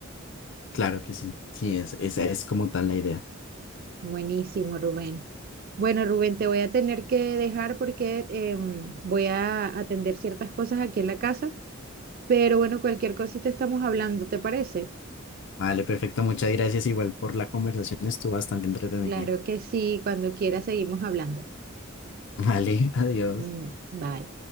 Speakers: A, on the left (about 60°); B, on the right (about 45°).
A: Claro que sí, sí, es, esa es como tal la idea.
B: Buenísimo, Rubén. Bueno, Rubén, te voy a tener que dejar porque em, voy a atender ciertas cosas aquí en la casa, pero bueno, cualquier cosita estamos hablando, ¿te parece?
A: Vale, perfecto, muchas gracias igual por la conversación, estuvo bastante entretenida.
B: Claro que sí, cuando quiera seguimos hablando.
A: Vale, <laughs> adiós.
B: Mm, bye.